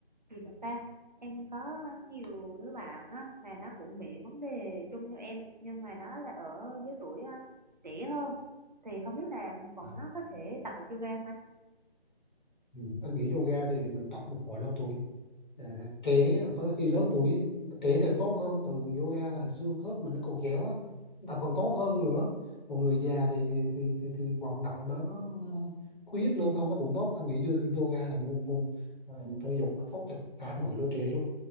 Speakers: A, on the right; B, on the left.
A: gì nữa ta em có nhiều đứa bạn á, mà nó cũng bị vấn đề chung như em nhưng mà nó là ở giới tuổi à, trẻ hơn thì không biết là bọn
B: À.
A: nó có thể tập được yoga không anh
B: Ừ. anh nghĩ yoga thì mình tập được mọi lứa tuổi Ờ, trẻ tới khi lớn tuổi trẻ thì là tốt hơn từ yoga là xương khớp mình nó còn dẻo á tập còn tốt hơn nữa còn người già thì thì thì, thì vận động đó nó huyết lưu thông nó cũng tốt anh nghĩ yo- yoga là một môn môn, ờ, thể dục nó tốt cho cả mọi lứa trẻ luôn